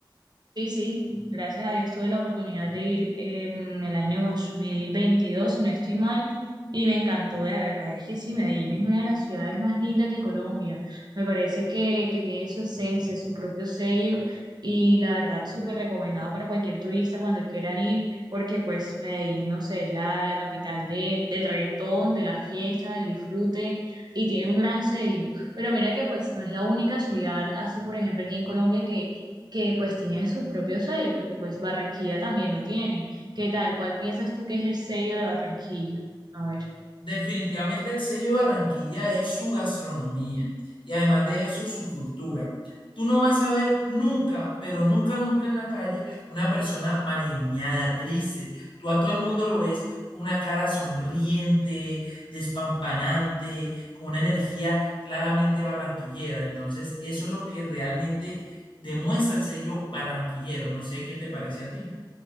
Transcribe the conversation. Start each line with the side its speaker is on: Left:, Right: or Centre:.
Right: Sí, sí, gracias a Dios tuve la oportunidad de ir en el año 2022, si no estoy mal, y me encantó, la verdad es que sí, Medellín es una de las ciudades más lindas de Colombia. Me parece que, que tiene su esencia, su propio sello, y la verdad súper recomendado para cualquier turista cuando quieran ir, porque pues Medellín, no sé, es la, la capital de, del reggaetón, de la fiesta, del disfrute, y tiene un gran sello. Pero mira que pues no es la única ciudad, así por ejemplo aquí en Colombia que que pues tiene su propio sello, porque pues Barranquilla también lo tienen. ¿Qué tal? ¿Cuál piensas tú que es el sello de Barranquilla? A ver.
Left: Definitivamente el sello de Barranquilla es su gastronomía y además de eso su cultura. Tú no vas a ver nunca, pero nunca, nunca en la calle una persona malgeniada, triste. Tú a todo el mundo lo ves con una cara sonriente, despampanante, con una energía claramente barranquillera. Entonces, eso es lo que realmente demuestra el sello barranquillero. No sé qué te parece a ti.